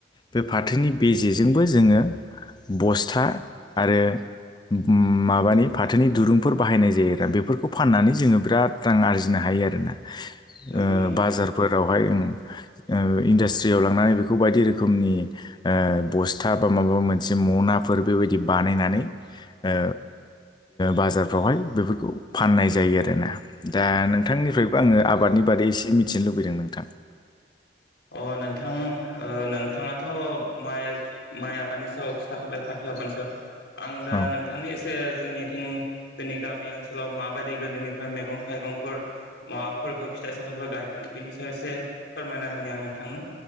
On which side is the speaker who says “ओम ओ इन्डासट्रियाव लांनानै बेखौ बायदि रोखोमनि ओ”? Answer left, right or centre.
Left